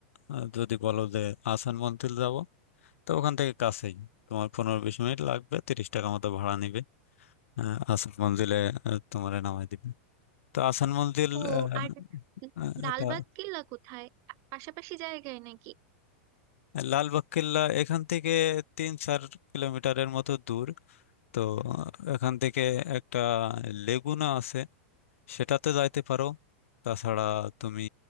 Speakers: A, on the left; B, on the right.
A: আহ, যদি বলো যে আসান মন্থিল যাব তো ওখান থেকে কাছেই তোমার পনেরো বিশ মিনিট লাগবে তিরিশ টাকা মতো ভাড়া নিবে আহ, আসান মঞ্জিলে তোমার নামাই দিবে তো আসান মঞ্জিল
B: ও
A: আহ,
B: আর
A: আহ,
B: লালবাগ
A: এটা
B: কিল্লা কোথায় পাশাপাশি জায়গায় নাকি
A: লালবাগ কেল্লা এখান থেকে তিন চার কিলোমিটারের মতো দূর তো আহ, এখান থেকে একটা লেগুনা আছে সেটাতে যাইতে পারো তাছাড়া তুমি